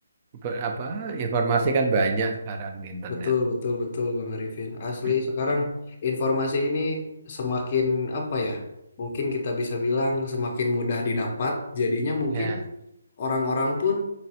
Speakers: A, on the right; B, on the left.
A: ber- apa informasi kan banyak sekarang di internet.
B: Betul, betul, betul, Bang Arifin. Asli,
A: <clears throat>
B: sekarang informasi ini semakin apa ya? Mungkin kita bisa bilang semakin mudah didapat. Jadinya mungkin
A: Ya,
B: orang-orang pun